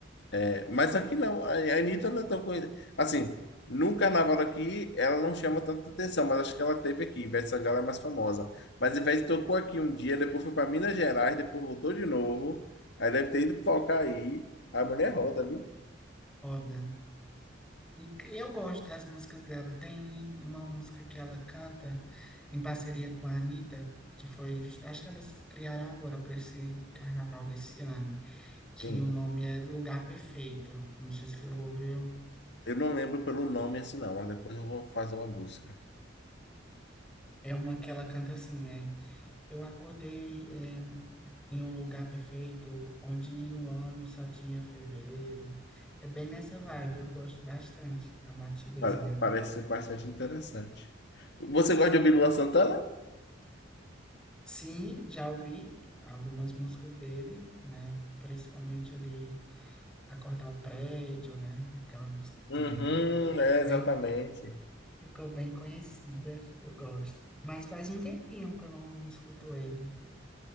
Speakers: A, on the left (about 60°); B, in the centre.
A: é, mas aqui não, a a Anitta não é tão conhecida. Assim, no carnaval aqui, ela não chama tanta atenção, mas acho que ela teve aqui. Ivete Sangalo é mais famosa. Mas Ivete tocou aqui um dia, depois foi para Minas Gerais, depois voltou de novo. Aí deve ter ido tocar aí. A mulher roda, viu?
B: Roda. E que- eu gosto das músicas dela. Tem uma música que ela canta em parceria com a Anitta, que foi, just- acho que elas criaram agora para esse carnaval desse ano, que
A: Sim.
B: o nome é Lugar Perfeito. Não sei se você ouviu.
A: Eu não lembro pelo nome assim, não, mas depois eu vou fazer uma busca.
B: É uma que ela canta assim, é. Eu acordei, é, em um lugar perfeito, onde o ano só tinha fevereiro. É bem nessa vibe, eu gosto bastante. É uma batidazinha
A: Pa- Parece ser bastante interessante. Você gosta de ouvir Lua Santana?
B: Sim, já ouvi algumas músicas dele, né? Principalmente ali Acordar o Prédio, né? Aquela música
A: Uhum,
B: também que ficou bem,
A: é,
B: bem-
A: exatamente.
B: ficou bem conhecida, eu gosto. Mas faz um tempinho que eu não escuto ele.